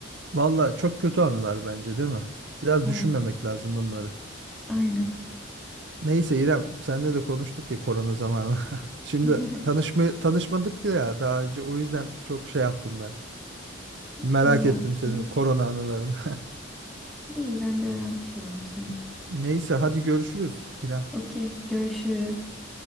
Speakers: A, on the right; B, in the centre.
A: Valla çok kötü anılar bence değil mi? Biraz
B: Evet,
A: düşünmemek lazım bunları.
B: aynen.
A: Neyse İrem, seninle de konuştuk ya korona zamanı. <laughs> Şimdi
B: <laughs>
A: tanışma tanışmadık ya daha önce o yüzden çok şey yaptım ben. Merak
B: İyi yaptın.
A: ettim senin korona anılarını.
B: İyi ben de öğrenmiş oldum seni.
A: <laughs> Neyse hadi görüşürüz İrem.
B: Okey, görüşürüz.